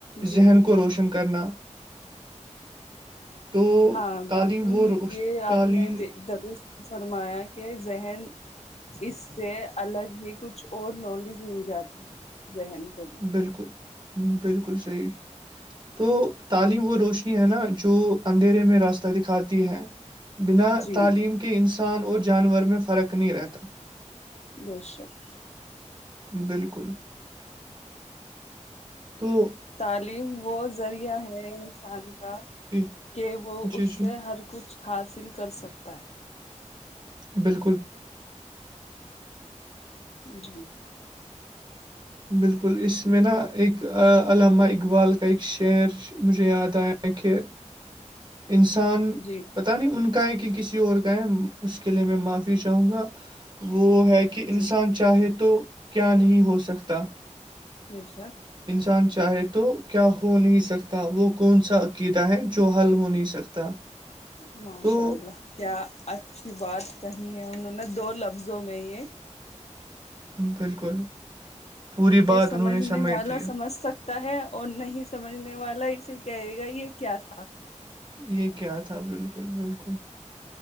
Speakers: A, on the left; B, on the right.
A: جی
B: ذہن کو روشن کرنا تو
A: ہاں
B: تعلیم
A: بالکل
B: وہ روش
A: یہ
B: تعلیم
A: آپ نے بے درست فرمایا کہ ذہن اس سے الگ ہی کچھ اور نالج مل جاتی ہے ذہن کو بھی
B: بالکل بالکل صحیح تو تعلیم و روشنی ہے نا جو اندھیرے میں راستہ دکھاتی ہے بنا
A: جی
B: تعلیم کے کہ انسان اور جانور میں فرق نہیں رہتا
A: بے شک <unintelligible>
B: بالکل دو <unintelligible>
A: تعلیم وہ ذریعہ ہے انسان کا
B: جی
A: کہ وہ اس
B: جی جی
A: سے ہر کچھ حاصل کر سکتا ہے
B: بالکل
A: جی <unintelligible>
B: بالکل اس میں نا ایک علامہ اقبال کا ایک شعر مجھے یاد آیا کہ انسان
A: جی
B: پتا نہیں ان کا ہے کہ کسی اور کہیں اس کے لیے میں معافی چاہوں گا وہ ہے کہ
A: جی
B: انسان چ چاہے تو کیا نہیں ہو سکتا
A: جیشا <unintelligible>
B: انسان چاہے تو کیا ہو نہیں سکتا وہ کون سا عقیدہ ہے جو حل ہو نہیں سکتا
A: ماشاء
B: تو
A: اللہ کیا اچھی بات کہی ہے انہوں نے دو لفظوں میں یہ
B: بالکل پوری
A: کہ
B: بات
A: سمجھنے
B: انہوں نے سمیٹ
A: والا
B: دی ہے
A: سمجھ سک ہے اور نہیں سمجھنے والا اسے کہے گا یہ کیا تھا
B: یہ کیا تھا بالکل بالکل